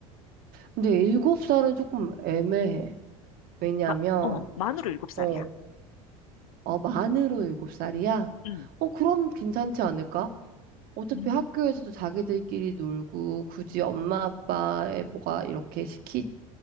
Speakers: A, on the right; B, on the left.
A: 근데 일곱 살은 조금 애매해. 왜냐면,
B: 마, 어, 만으로 일곱 살이야.
A: 어, 아, 만으로 일곱 살이야?
B: 응.
A: 어, 그럼 괜찮지 않을까? 어차피
B: 음.
A: 학교에서도 자기들끼리 놀고, 굳이 엄마 아빠의 뭐가 이렇게 시키,